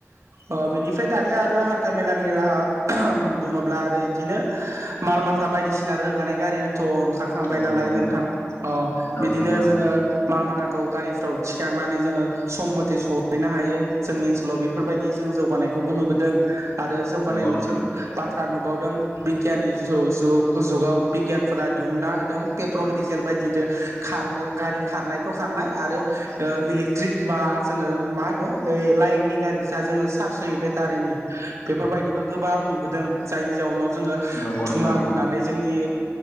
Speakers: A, on the right; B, on the left.
A: अ बिनिफ्राय दानिया आरो हान्था मेलानि राहा बुङोब्ला आरो इदिनो माल माथा बायदिसिना रोगानाय गारि थ ओंखारखांबाय
B: औ
A: नालाय
B: नंगौ
A: नोंथां अ बिदिनो
B: औ नंगौ नोंथां
A: जोङो माल माथाखौ गारिफ्राव थिखांनानै जोङो सम मथे सहैनो हायो जोंनि ओनसोलाव बेफोरबायदि जों जौगानायखौबो नुबोदों आरो जौगानाय
B: नंगौ
A: मोनसे
B: नोंथां
A: बाथ्रा नुबावदों बिगियाननि ज-जुग-जुगाव बिगियानफोरा दिहुनना होदों पेट्रल दिजेल बायदिजों खारनो गारि खारनायथ खारनाय आरो इलिकत्रिक बा जोङो मा होनो लायेननि गारि सा जोङो चार्ज होयो बेटारिनि बेफोरबायदिबो गोबां नुबोदों जायनि जाउनाव जोङो
B: नंगौ
A: थुङा
B: नोंथां नंगौ
A: गुनानै जोंनि